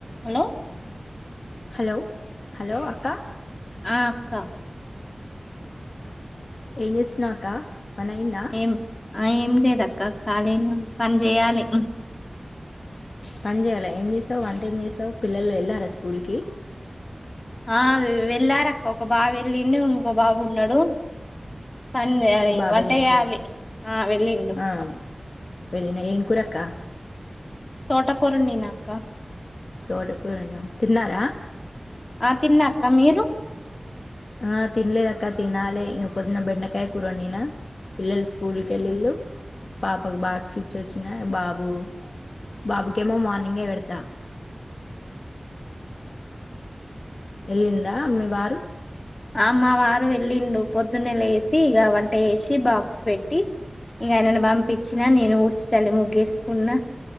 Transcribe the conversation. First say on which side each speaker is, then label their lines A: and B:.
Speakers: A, on the left; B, on the left.
A: Hello
B: hello hello అక్క
A: ఆ అక్క
B: ఏం చేస్తున్నావు అక్క పనైంద
A: ఏం ఆ ఏమి లేదక్క ఖాళీ నేను పని చేయాలి
B: పని చేయాల ఏం చేసావు వంట ఏం చేసావు పిల్లలు వెళ్ళారా స్కూల్ కి
A: ఆ వెళ్ళార అక్క ఒక బాబు వెళ్ళి ఇంకో బాబు ఉన్నాడు పని అది
B: బాబే
A: వంట
B: నేను
A: చేయాలి
B: కూడా
A: ఆ వెళ్ళిండు
B: ఆ వెళ్ళిన ఏం కురక్క
A: తోటకూర వండిన అక్క
B: తోటకూరను తిన్నారా
A: ఆ తిన్నాక్క మీరు
B: ఆ తన్లేద అక్క తినాలే ఇ పొద్దున్న బెండకాయ కూర వండిన. పిల్లలు స్కూల్ కి వెళ్లారు పాపకు బాక్స్ ఇచ్చిొచ్చినా బాబు బాబుకేమో మార్నింగే పెడతా వెళ్ళిందా మీ వారు
A: అమ్మ వారు వెళ్ళిండు పొద్దున్నెల వేసి ఇక వంట వేసి బాక్స్ పెట్టి ఇక ఆయనను పంపించిన నేను ఊడ్చ చాలలి ముగ్గేసుకున్నా